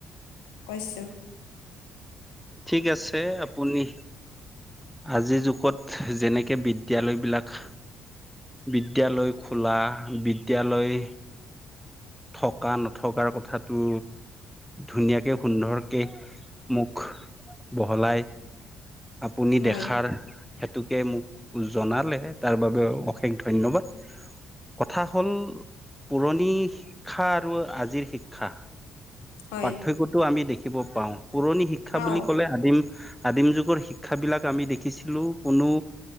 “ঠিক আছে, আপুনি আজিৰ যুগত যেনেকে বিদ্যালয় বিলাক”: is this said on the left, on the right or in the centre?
Centre